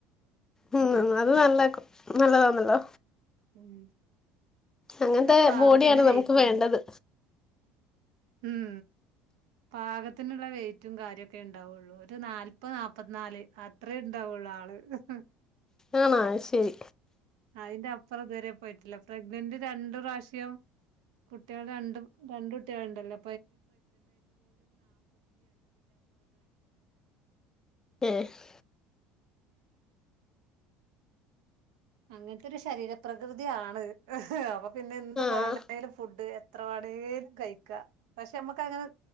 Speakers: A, on the left; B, on the right.
A: ഉം അത് നല്ല കൊ നല്ലതാന്നല്ലോ
B: ഉം
A: അങ്ങൻത്തെ
B: ഒരു പാകത്തിന്
A: ബോഡിയാണ്
B: വെയിറ്റും
A: നമുക്ക് വേണ്ടത്
B: ഉം പാകത്തിനുള്ള വെയ്റ്റും കാര്യൊക്കെ ണ്ടാവുള്ളൂ ഒരു നാല് ഇപ്പൊ നാപ്പത്ത്നാല് അ അത്രേ ഉണ്ടാവുള്ളൂ ആള്. ഇഹ്
A: ആണ അയ്ശരി
B: അയിന്റപ്പറം ഇത് വരെ പോയ്ട്ടില്ല പ്രഗ്നൻ്റ് രണ്ട് പ്രാവിശ്യം കുട്ട്യാള് രണ്ടും രണ്ടുട്ട്വാളും
A: ഏഹ്
B: അങ്ങൻത്തെ ഒരു ശരീരപ്രകൃതിയാണ് ഇഹ് അവ പിന്നെ എന്ത്
A: ആഹ്
B: വേണേലും ഫുഡ് എത്ര വാണേലും കഴിക്കാ പക്ഷെ അമ്മക്ക് അങ്ങനെ